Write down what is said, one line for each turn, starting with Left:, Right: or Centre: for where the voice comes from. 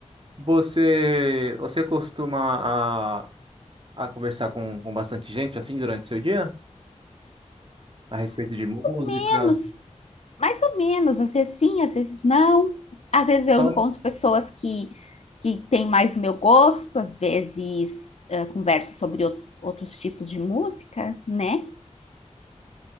Right: Você, você costuma a, a conversar com, com bastante gente assim durante seu dia? A respeito de música?
Left: menos. mais ou menos, às vezes sim, às vezes não. Às vezes
Right: Só,
Left: eu encontro pessoas que, que têm mais o meu gosto, às vezes eh, converso sobre outros, outros tipos de música, né?